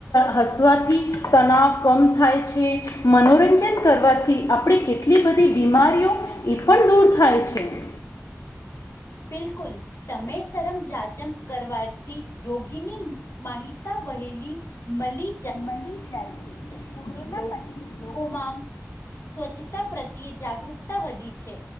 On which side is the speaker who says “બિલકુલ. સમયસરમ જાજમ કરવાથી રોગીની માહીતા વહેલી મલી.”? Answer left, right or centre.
Left